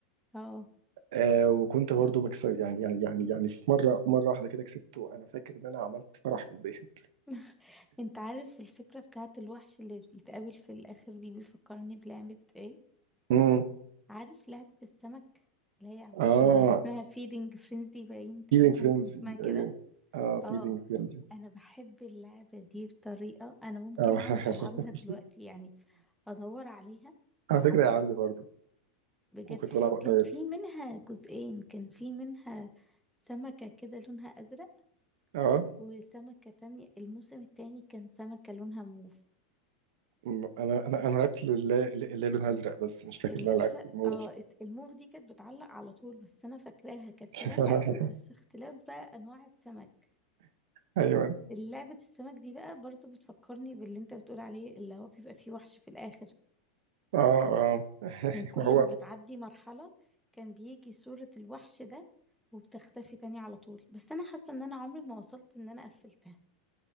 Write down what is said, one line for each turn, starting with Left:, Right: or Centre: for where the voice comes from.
Centre: اه
Right: آه وكنت برضو بكسب يعني يعني يعني يعني في مرة مرة واحدة كده كسبته أنا فاكر إن أنا عملت فرح في البيت <laughs>
Centre: <laughs> انت عارف الفكرة بتاعت الوحش اللي بيتقابل في الآخر دي بيفكرني بلعبة ايه
Right: امم
Centre: عارف لعبة السمك اللي هي عب-
Right: اه
Centre: اللي اسمها فيدنج فرينزي باين تقريبا
Right: فيلينج فرينزي
Centre: كان اسمها كده
Right: أيام اه فيلينج
Centre: اه
Right: فرينزي
Centre: انا بحب اللعبة دي بطريقة انا ممكن
Right: اه
Centre: اقعد
Right: <laughs>
Centre: العبها دلوقتي يعني ادور عليها
Right: على
Centre: والعبها
Right: فكرة يا عندي برضو
Centre: بجد
Right: وكنت بلعب قريب
Centre: كان في منها جزئين كان في منها سمكة كده لونها ازرق
Right: اه
Centre: وسمكة تانية الموسم التاني كان سمكة لونها موف
Right: م- أنا أنا أنا لعبت اللي اللي لونها أزرق بس مش فاكر
Centre: الازرق
Right: اللي أنا لعبت الموز
Centre: اه ات- الموف دي كانت بتعلق على طول بس انا فاكراها كانت
Right: <laughs>
Centre: شبهها قوي بس اختلاف بقى انواع السمك
Right: أيوه
Centre: لعبة السمك دي بقى برضو بتفكرني باللي انت بتقول عليه اللي هو بيبقى فيه وحش في الاخر
Right: اه اه <laughs>
Centre: كان كل
Right: ما هو
Centre: ما بتعدي مرحلة كان بيجي صورة الوحش ده وبتختفي تاني على طول بس انا حاسة ان انا عمري ما وصلت ان انا قفلتها